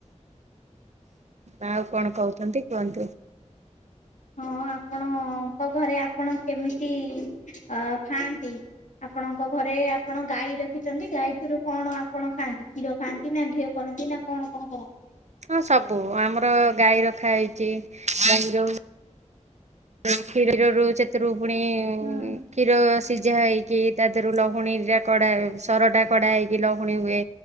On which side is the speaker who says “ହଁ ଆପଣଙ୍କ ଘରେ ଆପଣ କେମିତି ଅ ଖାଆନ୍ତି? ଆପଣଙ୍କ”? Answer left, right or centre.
Left